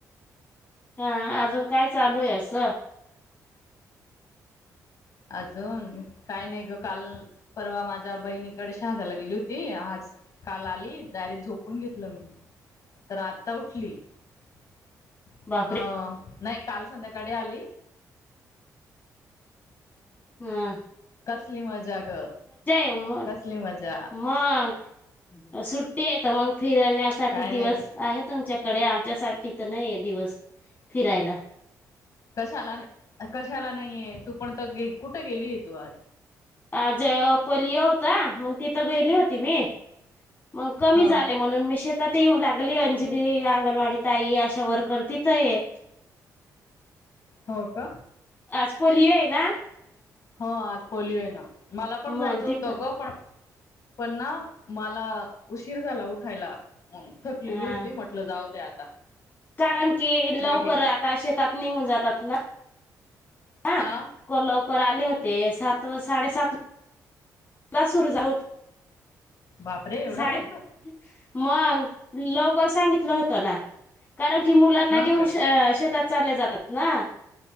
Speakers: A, on the left (about 30°); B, on the left (about 55°).
A: हा अजून काय चालू आहे अस?
B: अजून काय नाही ग काल परवा माझ्या बहिणीकडे शहाजाला गेली होती. आज काल आली डायरेक्ट झोपून घेतलं मी तर आता उठली. <unintelligible>
A: बा
B: ह नाही काल संध्याकाळी आली.
A: हम्
B: कसली मजा ग
A: मग
B: कसली मजा?
A: मग सुट्टी येत मग फिरण्यासाठी
B: काय
A: दिवस
B: नाही
A: आहे तुमच्या कडे आमच्यासाठी तर नाही दिवस फिरायला
B: कशाला, कशाला नाहीे तू पण त गे कुठे गेली आहे तू आज?
A: आ ज पोलिओ होता मग तिथं गेली होती. मी मग कमी
B: ह
A: झाले म्हणून मी श आ ते येऊन लागली अंजली अंगणवाडी ताई अशा वर्कर तिथंय
B: हो का?
A: आज पोलिओ आहे ना?
B: ह आज पोलिओ आहे ना मला पण
A: मग
B: जायचं होतं
A: तिथं
B: ग पण पण ना मला उशीर झाला उठायला थकलेली
A: हा
B: होती म्ह जाऊदे आता.
A: कारण की
B: नाही
A: लवकर
B: गेली मग
A: आता शेतात निघून जातात ना. हा
B: आ
A: लवकर लवकर आले होते सात साडे सात ला सुरू जाऊत
B: बापरे एवढा
A: साडे.
B: लवकर
A: मग लवकर सांगितलं होतं ना. कारण कि मुलांना
B: हा
A: घेऊन
B: का
A: शेतात चालले जातात ना?